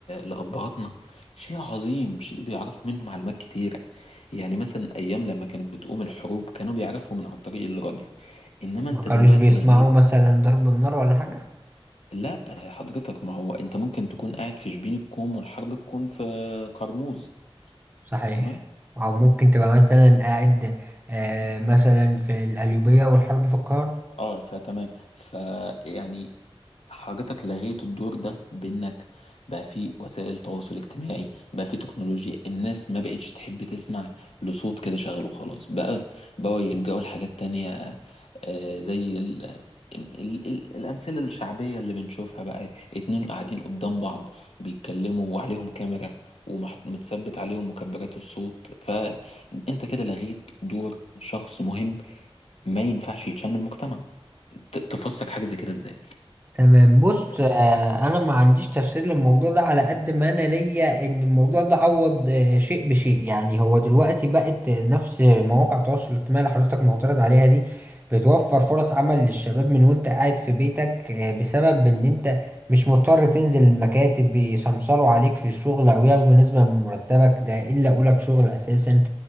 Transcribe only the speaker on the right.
ما
كانوش
بيسمعوا
مثلا ضرب النار ولا حاجة
صحيح
او ممكن تبقى مثلا قاعد آه مثلا في القليوبية والحرب في القاهرة
تمام بص
آه، انا ما عنديش تفسير للموضوع ده على قد ما انا ليا ان الموضوع ده عوض آه، شيء بشيء يعني هو دلوقتي بقت آه، نفس مواقع التواصل الاجتماعي اللي حضرتك معترض عليها دي بتوفر فرص عمل للشباب من وانت قاعد في بيتك آه، بسبب ان انت مش مضطر تنزل المكاتب بيسمسروا عليك في الشغل او ياخدوا نسبة من مرتبك ده ان لقوا لك شغل اساسا